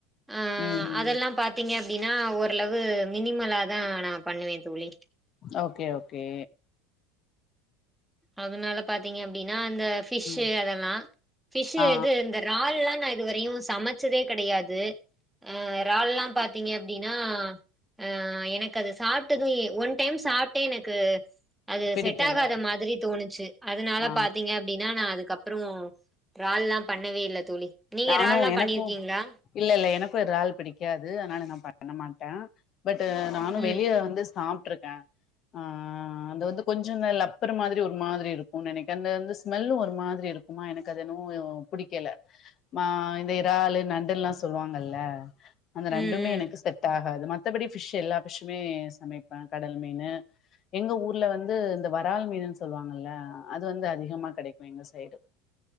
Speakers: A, in the centre; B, on the left (about 40°).
A: அ
B: ம்
A: அதெல்லா பாத் தீங்க அப்டின்னா ஓரளவு மினிமலா தா நா பண்ணுவே தோழி
B: ஓகே ஓகே
A: அதனால பாத்தீங்க அப்டின்னா அந்த ஃபிஷூ
B: ம்
A: அதெல்லா ஃபிஷூ
B: ஆ
A: இது இந்த இறால்லா நா இதுவரையு சமைச்சதே கெடயாது ஆ இறால்லா பாத் தீங்க அப்டின்னா ஆ எனக்கு அது சாப்ட்டது எ ஒன் டைம் சாப்ட்டே எனக்கு அது
B: பிடிக்கல
A: செட் ஆகாத மாதிரி தோணுச்சு அதனால
B: ஆ
A: பாத்தீங்க அப்டின்னா நா அதுக்கப் றோ இறால்லா பண்ணவே இல்ல தோழி நீங்க
B: நானு
A: இறால்லா
B: எனக்கு
A: பண்ணிருக்கீங்களா
B: இல்ல இல்ல எனக்கு இறால் பிடிக்காது அனால நா பண்ண மாட்டே பட்டு நானு
A: ம்
B: வெளிய வந்து சாப்ட்டுருக்கே ஆ ஆ அது வந்து கொஞ்சோ இந்த லப்பர் மாதிரி ஒரு மாதிரி இருக்குன் நெனைக்கே அந்த வந்து ஸ்மெல்லு ஒரு மாதிரி இருக் குமா எனக்கு அது என்னவோ பிடிக்கல மா இந்த இறாலு நண்டுல்லா சொல்லுவாங்கல்ல அந்த நண்டுமே
A: ம் ம்
B: எனக்கு செட்டா காது மத்தபடி பிஷ் எல்லா பிஷ்மே சமைப்பே கடல் மீனு எங்க ஊர்ல வந்து இந்த வறால் மீனுன் சொல்வாங்கல்ல அது வந்து அதிகமா கெடைக்கு எங்க சைடு